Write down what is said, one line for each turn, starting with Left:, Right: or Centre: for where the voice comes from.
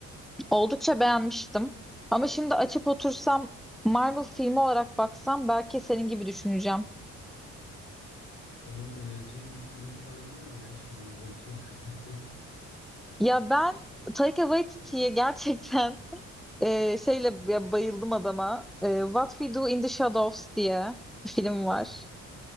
Centre: oldukça beğenmiştim. Ama şimdi açıp otursam Marvel filmi olarak baksam belki senin gibi düşüneceğim.
Left: onun önereceğin bir filmi falan var mı ya? Şimdi bir bakayım. <laughs>
Centre: Ya ben Taika Waititi'ye gerçekten <laughs> e, şeyle ya bayıldım adama. E, What We Do in the Shadows diye bir film
Left: Bir
Centre: var.
Left: dön.